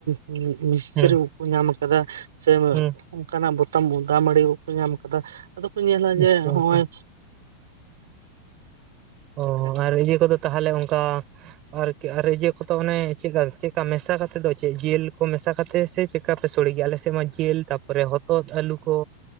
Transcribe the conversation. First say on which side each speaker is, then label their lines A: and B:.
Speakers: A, on the right; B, on the right.
A: <inaudible> ᱢᱤᱥᱪᱨᱤ
B: ᱦᱮᱸ
A: ᱵᱟᱠᱚ ᱧᱟᱢ ᱠᱟᱫᱟ ᱥᱮ
B: ᱦᱮᱸ
A: ᱚᱱᱠᱟᱱᱟᱜ ᱵᱚᱛᱟᱢ <inaudible> ᱵᱟᱠᱚ ᱧᱟᱢ ᱠᱟᱫᱟ ᱟᱫᱚ ᱠᱚ ᱧᱮᱞᱟ ᱡᱮ
B: ᱟᱪᱪᱷᱟ
A: ᱱᱚᱜᱼᱚᱭ
B: ᱟᱪᱪᱷᱟ ᱚ
A: ᱫᱟᱠᱟ
B: ᱟᱨ ᱤᱭᱟᱹ ᱠᱚᱫᱚ ᱛᱟᱦᱚᱞᱮ ᱚᱱᱠᱟ ᱟᱨᱠᱤ ᱟᱨ ᱤᱭᱟᱹ ᱠᱚᱫᱚ ᱚᱱᱮ ᱪᱮᱫᱠᱟ ᱪᱮᱫᱠᱟ ᱢᱮᱥᱟ ᱠᱟᱛᱮᱫ ᱫᱚ ᱪᱮᱫ ᱡᱤᱞ ᱠᱚ ᱢᱮᱥᱟ ᱠᱟᱛᱮ ᱥᱮ ᱪᱮ <inaudible> ᱥᱚᱲᱮ ᱜᱮᱭᱟ ᱟᱞᱮ ᱥᱮᱫ ᱢᱟ ᱡᱤᱞ ᱛᱟᱯᱚᱨᱮ ᱦᱚᱛᱚᱫ ᱟᱹᱞᱩ ᱠᱚ